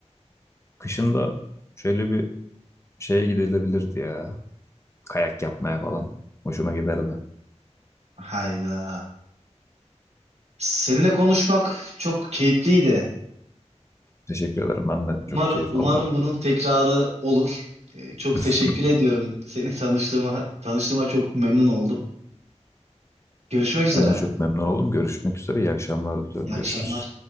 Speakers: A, on the left; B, on the right.
A: Kışın da şöyle bir şeye gidilebilirdi ya. Kayak yapmaya falan. Hoşuma giderdi.
B: Hayda. Seninle konuşmak çok keyifliydi.
A: Teşekkür ederim. Ben de
B: Umarım
A: çok keyif
B: umarım
A: aldım.
B: bunun tekrarı olur. Ee, Çok
A: <laughs>
B: teşekkür ediyorum. Seni tanıştığıma tanıştığıma çok memnun oldum. Görüşmek üzere.
A: Ben de çok memnun oldum. Görüşmek üzere. İyi akşamlar diliyorum.
B: İyi
A: Görüşürüz.
B: akşamlar.